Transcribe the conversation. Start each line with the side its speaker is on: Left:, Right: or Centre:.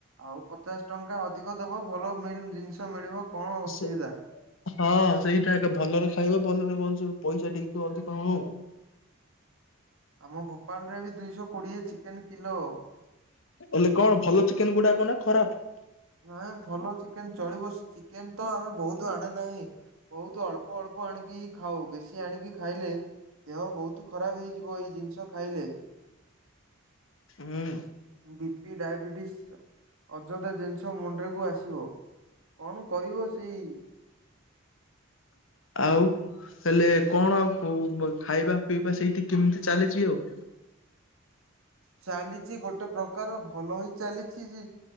Right: ଆଉ ପଚାଶ ଟଙ୍କା ଅଧିକ ଦେବ ଭଲ ମିଲ୍ ଜିନିଷ ମିଳିବ କଣ ଅସୁବିଧା?
Left: ସେ ହଁ ସେଇଟା ଏକ ଭଲରେ ଖାଇବା ଭଲରେ ବଞ୍ଚ ପଇସା ଟିକ ଅଧିକ ହଉ
Right: ଆମ ଭୋପାଳରେ ବି ଦୁଇଶହ କୋଡ଼ିଏ ଚିକେନ କିଲୋ।
Left: ହେଲେ କଣ ଭଲ ଚିକେନ ଗୁଡାକ ନା ଖରାପ
Right: ନାଇ ଭଲ ଚିକେନ ଚଳିବ ଚିକେନ ତ ଆମେ ବହୁତ ଆଣେ ନାହିଁ ବହୁତ ଅଳ୍ପ ଅଳ୍ପ ଆଣିକି ଖାଉ ବେଶୀ ଆଣିକି ଖାଇଲେ ଦେହ ବହୁତ ଖରାପ ହେଇଯିବ ଏଇ ଜିନିଷ ଖାଇଲେ
Left: ହୁଁ।
Right: ବିପି ଡାଇବେଟିସ୍ ଅଯଥା ଜିନିଷ ମୁଣ୍ଡରେକୁୁ ଆସିବ କଣ କରିବ ସେଇ
Left: ଆଉ ହେଲେ କଣ ଆଉ ଖାଇବା ପିଇବା ସେଇଠି କେମିତି ଚାଲିଛି ଆଉ?
Right: ଚାଲିଛି ଗୋଟେ ପ୍ରକାର ଭଲ ହି ଚାଲିଛି ଯେ